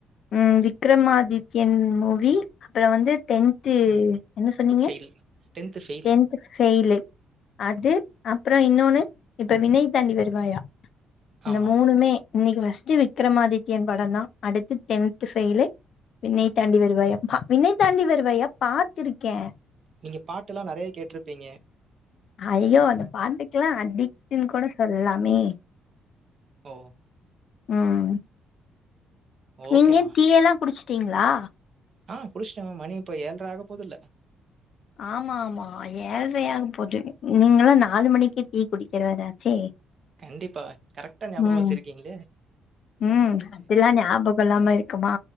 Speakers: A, on the left; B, on the right.
A: ம் விக்ரமாதித்யன் மூவி அப்றோ வந்து டென்த்து என்ன சொன்னீங்க
B: ஃபெயில். ஃபெயில்.
A: டென்த்து ஃபெயிலு அது அப்றோ இன்னொன்னு இப்ப விண்ணை தாண்டி வருவாயா இந்த
B: ஆமா.
A: மூணுமே இன்னைக்கு ஃபர்ஸ்ட் விக்ரமாதித்யன் படந்தா அடுத்து டென்த் ஃபெயிலு விண்ணை தாண்டி வருவாயா விண்ணை தாண்டி வருவாயா பாத்திருக்கே
B: நீங்க பாட்டெல்லா நெறயா கேட்டிருப்பீங்க
A: அய்யோ அந்த பாட்டுக்கெல்லா அடிக்ட்ன்னு கூட சொல்லாமே
B: ஓ
A: ம்
B: ஓகேம்மா.
A: நீங்க டீ எல்லா குடிச்சிட்டீங்ளா
B: ஆ குடிஷ்ட்டங்க மணி இப்ப ஏழ்ர ஆக போகுதல்ல
A: ஆமாமா ஏழ்ரையாக போது நீங்கெல்லா நாலு மணிக்கு டீ குடிக்கிறவராச்சே
B: கண்டிப்பா கரெக்ட்டா ஞாபகோ
A: ம்
B: வெச்சிருக்கீங்ளே
A: ம் அதெல்லா ஞாபகோ இல்லாம இருக்குமா